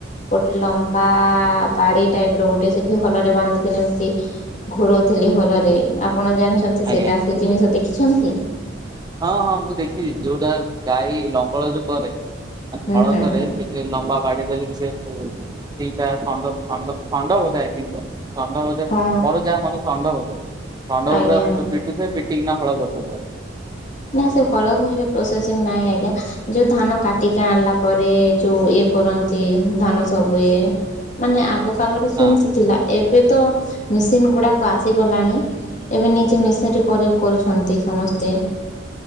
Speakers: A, on the left; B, on the right.
A: ଗୋଟେ ଲମ୍ବା ବାଡ଼ି ଟାଇପ ର ଗୋଟେ ସେଠି ହଲ ରେ ବାନ୍ଧିଥିଲେ ଏମତି ଘୋରଉଥିଲି ହଲରେ ଆ ଆପଣ ଜାଣିଛନ୍ତି
B: ଆଜ୍ଞା
A: ସେଇଟା
B: ଆଜ୍ଞା।
A: ସେ ଜିନିଷ ଦେଖିଛନ୍ତି?
B: ହଁ ହଁ ମୁଁ ଦେଖିଛି ଯୋଉଟା ଗାଈ ଲଙ୍ଗଳ ଯୋଉ କରେ ହଳକରେ
A: ହୁଁ ହୁଁ ହୁଁ
B: ସେ ଯୋଉ ଲମ୍ବା ବାଡ଼ି ଧରିକି ସେଇଠୁ ସେଇଟା ଥଣ୍ଡ ଥଣ୍ଡ ଥଣ୍ଡ ବୋଧେ ଷଣ୍ଢ ବୋଧେ
A: ହଁ
B: ମୋର ଯାହା ମାନେ ଷଢ ବୋଧେ। ଷଣ୍ଢକୁ
A: ଆଜ୍ଞା
B: ପୁରା
A: ଆଜ୍ଞା
B: ପିଟିଥିଲେ। ପିତିକିନା। ହଳ ବ <inaudible>
A: ନା ସେ ହଳ ଧରିବା ପ୍ରୋସେସିଂ ନାହିଁ ଆଜ୍ଞା ଯୋଉ ଧାନ କାଟିକି ଆଣିଲା ପରେ ଯୋଉ ଇଏ କରନ୍ତି ଧାନ ସବୁ ଇଏ ମାନେ ଆଗ କଲର୍
B: ହଁ।
A: ସେମିତି ଥିଲା ଏବେ ତ ମେସିନ୍ ଗୁଡ଼ାକ ଆସିଗଲାଣି ଏବେ ନିଜେ ମେସିନ କରି କରୁଛନ୍ତି ସମସ୍ତେ।